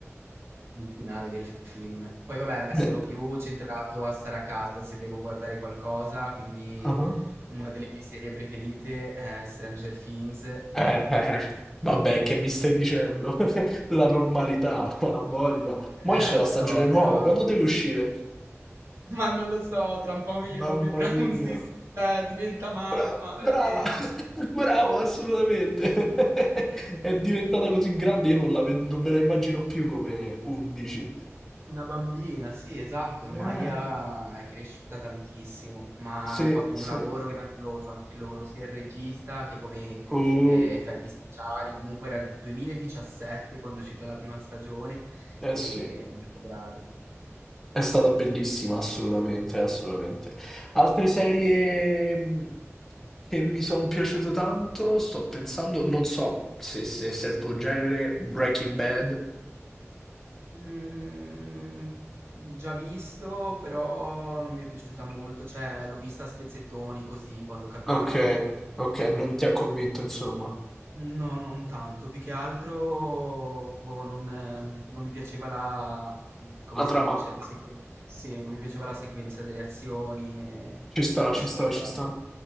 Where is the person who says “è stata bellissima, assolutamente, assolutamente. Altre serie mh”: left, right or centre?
Centre